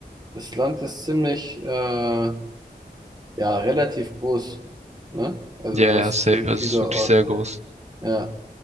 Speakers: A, on the right; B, on the right.
A: Das Land ist ziemlich, äh, ja, relativ groß, ne? Also
B: Ja,
A: das
B: ja, safe.
A: sind
B: Also
A: viele
B: es ist wirklich
A: Orte.
B: sehr groß.
A: Ja.